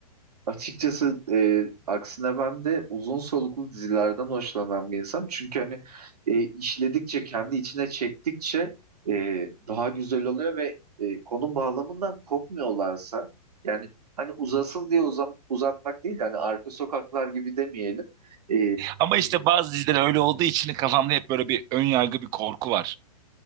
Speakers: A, on the right (about 80°); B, on the right (about 20°).
A: Açıkçası e, aksine ben de uzun soluklu dizilerden hoşlanan bir insanım. Çünkü hani e, işledikçe, kendi içine çektikçe e, daha güzel oluyor ve e, konu bağlamından kopmuyorlarsa yani hani uzasın diye uzam, uzatmak değil de hani arka sokaklar gibi demeyelim. E,
B: Ama işte Ee, bazı diziler öyle olduğu için kafamda hep böyle bir ön yargı, bir korku var.